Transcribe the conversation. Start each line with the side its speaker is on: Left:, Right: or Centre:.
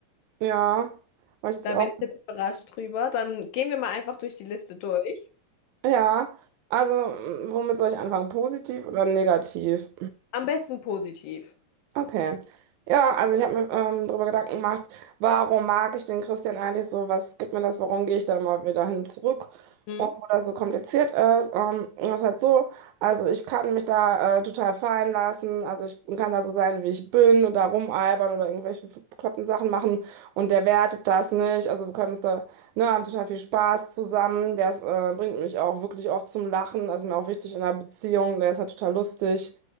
Right: ja, weil ich jetzt
Left: Da
Right: auch.
Left: bin ich jetzt überrascht drüber. Dann gehen wir mal einfach durch die Liste durch.
Right: Ja, also, m, womit soll ich anfangen? Positiv oder negativ?
Left: Am besten positiv.
Right: Okay. Ja, also ich habe mir ähm, darüber Gedanken gemacht, warum mag ich den Christian eigentlich so? Was gibt mir das? Warum gehe ich da mal wieder hin zurück?
Left: Mhm.
Right: Obwohl das so kompliziert ist. Ähm, und das ist halt so, also ich kann mich da äh, total fallen lassen. Also ich kann da so sein, wie ich bin und da rumalbern oder irgendwelche bekloppten Sachen machen. Und der wertet das nicht. Also wir können uns da, ne, haben total viel Spaß zusammen. Der ist, äh, bringt mich auch wirklich oft zum Lachen. Also mir auch wichtig in einer Beziehung. Der ist halt total lustig.